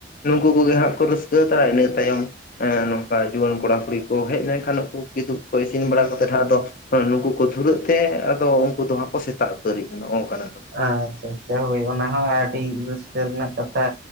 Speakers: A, on the left; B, on the right.
A: ᱱᱩᱠᱩ ᱠᱚᱜᱮ ᱦᱟᱸᱜ ᱠᱚ ᱨᱟᱹᱥᱠᱟᱹ ᱦᱟᱛᱚᱨᱟ ᱤᱱᱟᱹ ᱛᱟᱭᱚᱢ ᱟᱸ ᱱᱚᱝᱠᱟ ᱡᱩᱣᱟᱹᱱ ᱠᱚᱲᱟ ᱠᱩᱲᱤ ᱠᱚ ᱦᱮᱡ ᱞᱮᱱᱠᱷᱟᱱ ᱩᱱᱠᱩ ᱠᱤᱫᱩᱵ ᱠᱚ ᱤᱥᱤᱱ ᱵᱟᱲᱟ ᱠᱟᱛᱮ ᱦᱟᱜ ᱟᱫᱚ ᱱᱩᱠᱩ ᱠᱚ ᱫᱷᱩᱨᱟᱹᱜ ᱛᱮ ᱟᱫᱚ ᱩᱱᱠᱩ ᱫᱚ ᱦᱟᱸᱜ ᱠᱚ ᱥᱮᱛᱟᱜ ᱩᱛᱟᱹᱨᱤ ᱠᱟᱱᱟ ᱚᱱᱠᱟᱱᱟᱜ ᱠᱟᱱᱟ᱾
B: ᱟᱪᱪᱷᱟ ᱟᱪᱷᱟ ᱦᱳᱭ ᱚᱱᱟ ᱦᱚᱸ ᱟᱹᱰᱤ ᱨᱟᱹᱥᱠᱟᱹ ᱨᱮᱱᱟᱜ ᱠᱟᱛᱷᱟ